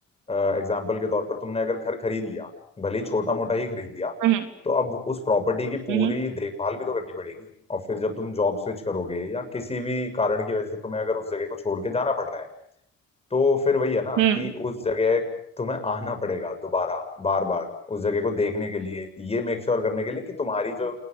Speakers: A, on the left; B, on the right.
A: एग्जाम्पल के तौर पर तुमने अगर घर खरीद लिया भले ही छोटा मोटा ही खरीद लिया
B: हम्म
A: तो अब उस प्रॉपर्टी की पूरी
B: हम्म
A: देखभाल भी तो करनी पड़ेगी और फिर जब तुम जॉब स्विच करोगे या किसी भी कारण की वजह से तुम्हें अगर उस जगह को छोड़ के जाना पड़ रहा है तो फिर वही है ना
B: हम्म
A: कि उस जगह तुम्हें आना पड़ेगा दोबारा बार बार उस जगह को देखने के लिए ये मेक श्योर करने के लिए कि तुम्हारी जो